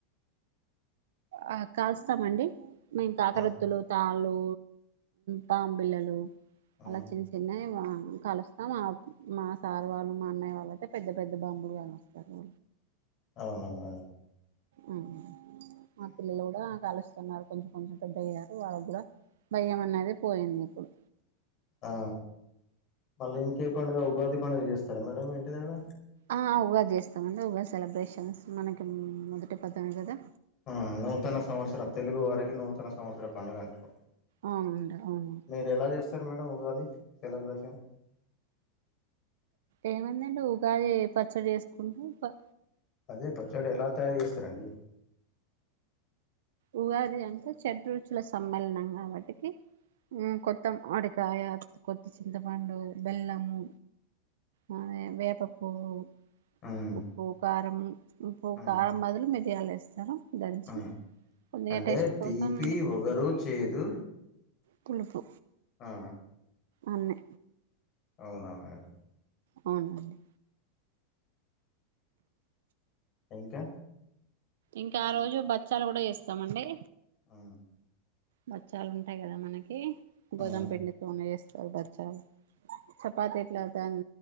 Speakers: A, on the right; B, on the left.
A: ఆ కాలుస్తమండి మేము కాాకరోతులు
B: ఆ!
A: తాళ్ళు పామ్ బిళ్ళలు
B: హ్మ్.
A: అలా చిన్న చిన్నయి కలుస్తామా మా సారు వాళ్ళు మా అన్నయ్య వాళ్ళు అయితే పెద్ద పెద్ద బాంబులు కలుస్తారు.
B: అవున మేడం
A: ఉమ్ మా పిల్లలు కూడా కాలుస్త న్నారు కొంచెం కొంచెం పెద్ద అయ్యారు వాళ్ళకి కూడా భయం అనేది పోయింది. ఇప్పుడు
B: ఆ మళ్ళీ ఇంకే పండుగ ఉగాది పండుగ చేస్తారా మేడం ఇంటి దగ్గర
A: ఆ ఉగాది చేస్తామండి. ఉగాది సెలబ్రేషన్స్ మనకి మొదటి పండుగా కదా
B: ఆ నూతన సంవత్సరం తెలుగు వారికి నూతన సంవత్సర పండుగ అంటరు
A: అవునండి అవును
B: మీరు ఎలా చేస్ స్తారు మేడం ఉగాది సెలబ్రేషన్
A: ఏమైందండి ఉగాది పచ్చడి చేసుకుంటం ప
B: అదే పచ్చడి ఎలా తయారు చేస్తారండి
A: ఉగాది అంటే షెడ్ రుచుల సమ్మేళనం కాబట్టి కి ఉమ్ కొత్తం అడీ క్ ప్రయత్ కొత్త చింతపండు బెల్లము ఆ వేప పువ్వు
B: ఉమ్
A: ఉప్పు కారం ఉప్పు
B: ఉమ్
A: కారం బదులు మిరియాలు ఏస్తాం స్తరూ దంచి
B: ఉమ్
A: కొద్దిగా
B: అంటే
A: టేస్ట్ కోసం
B: తీపి ఓగరు చేదు
A: పూలుపూ
B: హ ఆ
A: అన్ని
B: అవున మ్యాడమ్
A: అవునండి
B: ఇంకా
A: ఇంకా ఆ రోజు భక్ష్యాలు కూడా చేస్తామండి
B: ఉ
A: బచ్చాలు ఉంటాయి. కదా మనకి గోదం
B: ఉమ్
A: పిండితో నే చేస్తం స్తమ్ బచ్చాలు చపాతీ ఇట్లా దన్